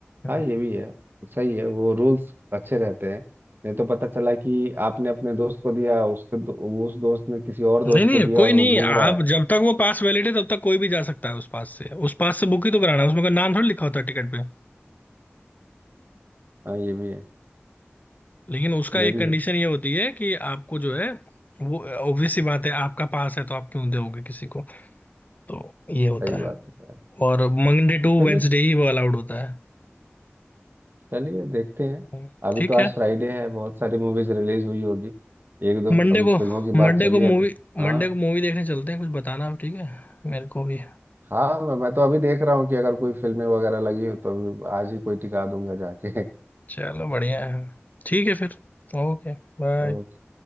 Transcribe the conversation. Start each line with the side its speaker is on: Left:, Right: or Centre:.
Left: हम्म।
Right: हाँ ये भी है सही है वो रूल्स अच्छे रहते हैं नहीं तो पता चला कि आपने अपने दोस्त को दिया उसके दो, उस दोस्त ने किसी और दोस्त
Left: नहीं नहीं
Right: को दिया
Left: कोई
Right: और
Left: नहीं
Right: वो घूम
Left: आप
Right: रहा है
Left: जब तक वो पास वैलिड है तब तक कोई भी जा सकता है उस पास से उस पास से बुक ही तो कराना है उसमें कोई नाम थोड़ी लिखा होता है टिकट पे
Right: हाँ ये भी है
Left: लेकिन उसका
Right: ये
Left: एक
Right: भी
Left: कंडीशन
Right: है
Left: ये होती है कि आपको जो है वो ऑब्वियस ही बात है आपका पास है तो आप क्यों दोगे किसी को तो ये होता
Right: सही बात
Left: है
Right: है यार।
Left: और मंडे टू
Right: चलिए
Left: वेंसडे ही वो अलाउड होता है
Right: चलिए देखते हैं
Left: हम्म।
Right: अभी
Left: ठीक
Right: तो आज
Left: है
Right: फ्राइडे है बहुत सारी मूवीज रिलीज हुई होगी एक दो
Left: मंडे
Right: अभी
Left: को
Right: फिल्मों की बात
Left: मंडे
Right: चली
Left: को मूवी
Right: है तो हाँ
Left: मंडे को मूवी देखने चलते हैं कुछ बताना आप ठीक है मेरे को भी
Right: हाँ मैं मैं तो अभी देख रहा हूँ कि अगर कोई फिल्में वगैरह लगी हो तो अभी आज ही कोई टिका दूंगा जाके
Left: चलो बढ़िया है ठीक है फिर ओके बाय
Right: <laughs>